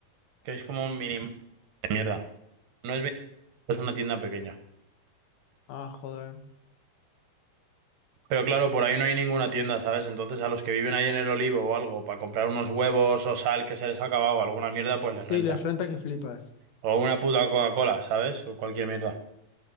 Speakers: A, on the right; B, on the left.
A: que es como un mini de mierda. No es, mini- es una tienda pequeña.
B: Ah, joder.
A: Pero claro, por ahí no hay ninguna tienda, ¿sabes? Entonces a los que viven ahí en el Olivo o algo, para comprar unos huevos o sal que se les ha acabado, alguna mierda, pues les
B: Sí,
A: renta.
B: las renta que flipas.
A: O una puta Coca-Cola, ¿sabes? O cualquier mierda.